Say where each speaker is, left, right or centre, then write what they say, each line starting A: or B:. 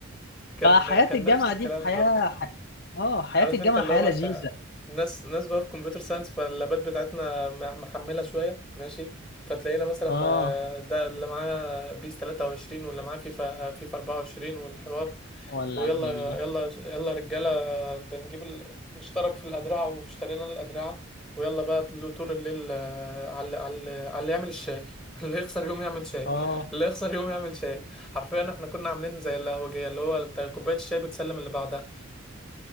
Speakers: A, in the centre; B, on the left.
A: كان
B: فحياة
A: كان
B: الجامعة
A: نفس الكلام
B: دي حياة
A: برضه
B: ح... اه حياة
A: عارف
B: الجامعة
A: انت اللي
B: حياة
A: هو
B: لذيذة
A: انت ناس ناس بقى في كمبيوتر ساينس فاللابات بتاعتنا م- محملة شوية ماشي فتلاقينا مثلا ما-
B: اه
A: ده اللي معاه بيس 23 واللي معاه فيفا فيفا 24 والحوار
B: ولع
A: ويلا
B: الدنيا
A: يلا يلا رجالة بنجيب ال... نشترك في الأدرعة واشترينا الأدرعة ويلا بقى طل- طول الليل آه، على على على اللي يعمل الشاي <laughs> اللي يخسر يوم يعمل شاي
B: اه
A: اللي يخسر يوم يعمل شاي حرفيا احنا كنا عاملين زي القهوجية اللي هو انت كوباية الشاي بتسلم اللي بعدها